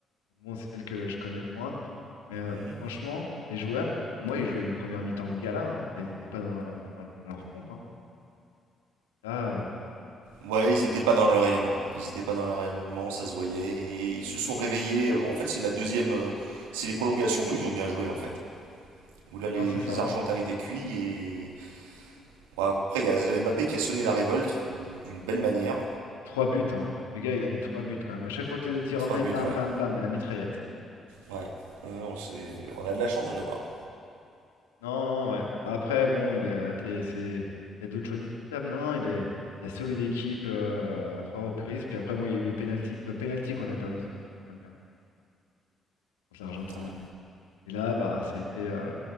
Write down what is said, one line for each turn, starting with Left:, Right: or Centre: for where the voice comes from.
Left: Bon, c'est celle que je connais le moins, mais euh,
Right: Mhm.
Left: franchement, les joueurs, pour moi, ils jouaient une première mi-temps de gala. hein. Enfin, ils n'étaient pas dans, dans- dans leur pompe. hein. Là, euh,
Right: Ouais, ils n'étaient pas dans leur élément. Ils n'étaient pas dans leur élément, ça se voyait. Et ils se sont réveillés. euh, En fait, c'est la deuxième. euh, C'est les prolongations où ils ont bien joué, en fait. Où là, les
Left: non, c'est ça. hein.
Right: Argentins étaient cuits. Et. Bon, après, il y a Mbappé qui a sonné la révolte, ou d'une belle manière.
Left: Trois buts, hein. Le gars, il a mis trois buts quand même. À chaque fois que les autres y revenaient,
Right: Trois buts,
Left: bam,
Right: ouais.
Left: bam, bam, la mitraillette.
Right: Ouais. Euh, on, s'est- on a de la chance de l'avoir.
Left: Non, non, ouais. Après, bon, il est, inté- c'est- il y a d'autres choses discutables. Non, non, il est, il a sauvé l'équipe euh, à trois reprises. Puis après, bon, il y a eu les pénaltys. C'est au pénalty qu'on a perdu, si je me souviens bien, contre l'Argentine.
Right: Ouais.
Left: Et là, bah, ça a été. euh,